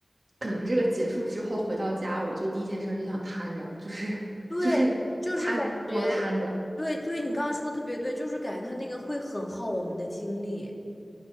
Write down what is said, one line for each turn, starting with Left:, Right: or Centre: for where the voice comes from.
Right: 可能这个结束之后回到家，我就第一件事儿就想瘫着，就是就是瘫着默默的瘫着，
Left: 对，就是感觉，对对，你刚刚说的特别对，就是感觉他那个会很耗我们的精力，